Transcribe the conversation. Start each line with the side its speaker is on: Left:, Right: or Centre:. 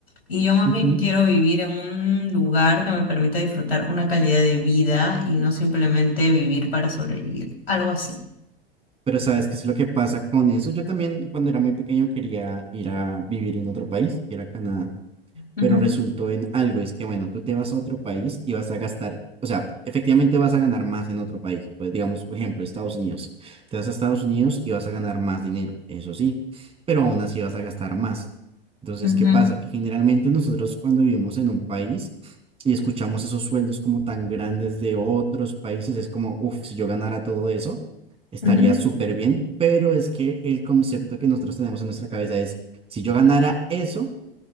Left: y yo más
Right: Ujú.
Left: bien quiero vivir en un lugar que me permita disfrutar una calidad de vida y no simplemente vivir para sobrevivir, algo así.
Right: Pero ¿sabes qué es lo que pasa con eso? Yo también cuando era muy pequeño quería ir a vivir en otro país, que era Canadá
Left: Ujú,
Right: pero resultó en algo, es que bueno, tú te vas a otro país y vas a gastar, o sea, efectivamente vas a ganar más en otro país, pues digamos, por ejemplo, Estados Unidos, te vas a Estados Unidos y vas a ganar más dinero, eso sí, pero aún así vas a gastar más. Entonces,
Left: ujú,
Right: ¿qué pasa? Que generalmente nosotros cuando vivimos en un país y escuchamos esos sueldos como tan grandes de otros países, es como, uff, si yo ganara todo eso, estaría
Left: ujú,
Right: súper bien, pero es que el concepto que nosotros tenemos en nuestra cabeza es, si yo ganara eso,